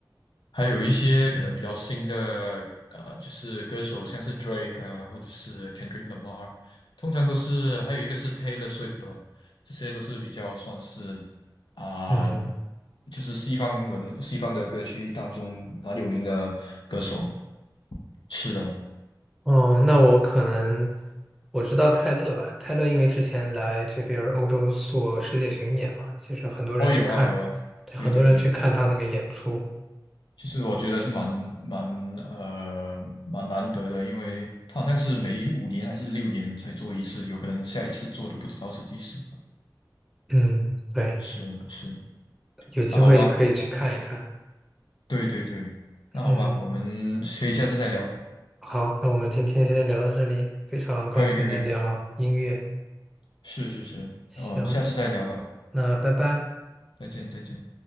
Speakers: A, on the left (about 75°); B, in the centre.
A: 还有一些可能比较新的，呃，就是歌手，像是 Drake 啊，或者是 Kendrick Lamar，通常都是，还有一个是 Taylor Swift 的吧，这些都是比较算是啊、
B: 嗯，
A: 就是西方文西方的歌曲当中蛮有名的歌手。是的，
B: 哦，那我可能我知道泰勒吧，泰勒因为之前来这边儿欧洲做世界巡演嘛，其实很多人去看，
A: 哦，有啊，有啊，
B: 对，
A: 对对对，
B: 很多人去看他那个演出。
A: 其实我觉得是蛮蛮呃蛮难得的，因为他好像是每五年还是六年才做一次，有可能下一次做都不知道是几时。
B: 嗯，对，
A: 是是。
B: 有机会可以去看一看。
A: 那好吧，对对对，那好吧，
B: 嗯。
A: 我们可以下次再聊，
B: 好，那我们今天先聊到这里，非常高兴能聊音乐，
A: 可以可以可以，是是是，
B: 行，
A: 呃我们下次再聊吧，
B: 那拜拜。
A: 再见再见。